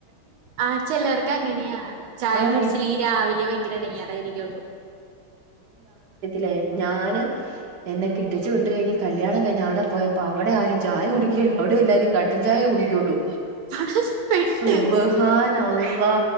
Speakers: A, on the right (about 80°); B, on the right (about 55°).
A: ആ ചിലർക്ക് അങ്ങനെയാ ചായ
B: ആഹ്
A: കുടിച്ചില്ലെങ്കി രാവിലെ ഭയങ്കര ഇടങ്ങാറായിരിക്കു
B: ലെ ഞാന് എന്നെ കെട്ടിച്ചു വിട്ട കഴിഞ് കല്യാണം കഴിഞ്ഞ് അവിടെ പോയപ്പോ അവിടെ ആരും ചായ കുടിക്കുകല്ലോ അവിടെ എല്ലാരും കട്ടൻ ചായേ കുടിക്കയുള്ളൂ
A: അവിടെ പെട്ട്
B: സുബഹാന അള്ളാ